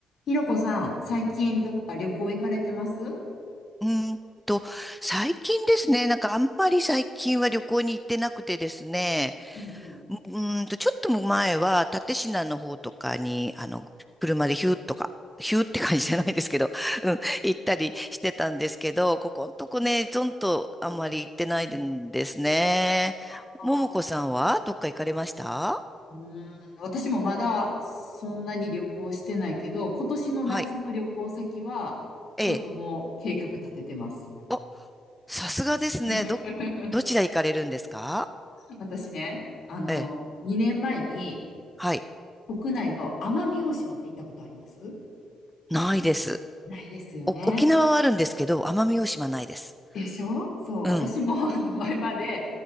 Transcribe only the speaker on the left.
ひろこさん、最近どっか旅行行かれてます
うんうん。
あー
うーん、私もまだそんなに旅行してないけど、今年の夏の旅行先は、
ちょっともう計画立ててます。
<laughs>
私ね、あの、
2年前に
国内の奄美大島って行ったことあります
ないですよね。
でしょそう、
私もあの前まで